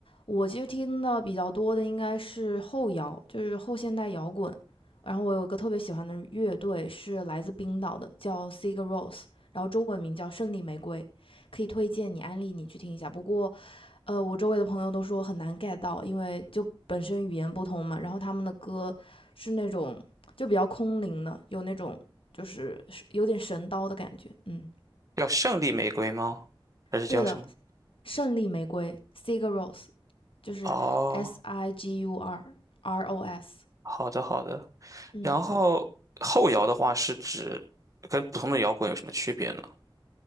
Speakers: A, on the left; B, on the right.
A: 我其实听的比较多的应该是后摇，就是后现代摇滚。然后我有一个特别喜欢的乐队是来自冰岛的，叫 Sigur Rós。然后中文名叫《胜利玫瑰》，可以推荐你安利你去听一下。不过，呃，我周围的朋友都说很难 get 到，因为就本身语言不通嘛，然后他们的歌是那种就比较空灵的，有那种就是有点神刀的感觉。嗯，
B: 叫胜利玫瑰吗？还是叫什么？
A: 对的，《胜利玫瑰》（Sigur Ros） 就是
B: 哦，
A: S I G U R R O S。
B: 好的好的。
A: 嗯，
B: 然后后摇的话是指跟普通的摇滚有什么区别呢？